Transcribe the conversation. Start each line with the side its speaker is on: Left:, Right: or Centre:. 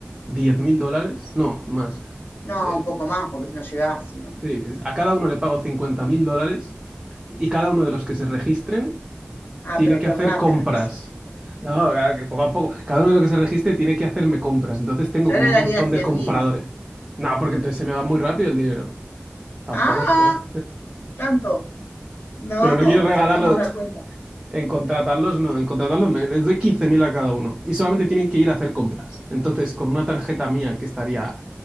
Right: diez mil dólares, no, más.
Left: no,
Right: Eh,
Left: un poco más, porque si no llegás, si no.
Right: sí, a cada uno le pago cincuenta mil dólares y cada uno de los que se registren
Left: Ah,
Right: tiene
Left: pero
Right: que
Left: qué
Right: hacer
Left: ratas
Right: compras.
Left: que
Right: No, claro, que poco a poco, cada uno de los que se registre tiene que hacerme compras, entonces tengo
Left: Yo
Right: como
Left: le
Right: un
Left: daría
Right: montón
Left: 100.000.
Right: de compradores. No, porque entonces se me va muy rápido el dinero. Tampoco
Left: Ah,
Right: es plan.
Left: tanto. No,
Right: Pero no quiero regalarlo.
Left: sacamos la cuenta.
Right: En contratarlos, no. En contratarlos me- les doy 15.000 a cada uno. Y solamente tienen que ir a hacer compras. Entonces, con una tarjeta mía que estaría